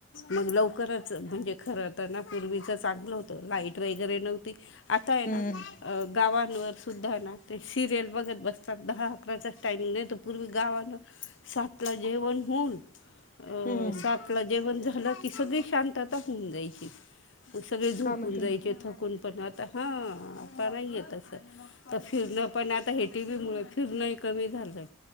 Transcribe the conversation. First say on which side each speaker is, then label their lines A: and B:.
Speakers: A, on the left; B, on the left.
A: मग लवकरच म्हणजे खर तर ना पूर्वीच चांगलं होत लाईट वगैरे नव्हती आता आहे
B: हम्म
A: ना गावांवर सुद्धा ना ते सिरियल बगर बसतात दहा अकराचा टाइमंग नाही तर पूर्वी गावान सात ला जेवण होऊन सातला
B: हम्म
A: आपलं जेवण झालं ती सगळी शांतता होऊन जायची सगळे झोपून
B: हा मग ते
A: जायचे थकून पण आता हा आता नाही आहे तस फिरण पण आता हे टी व्ही मुळे फिरणं कमी झालं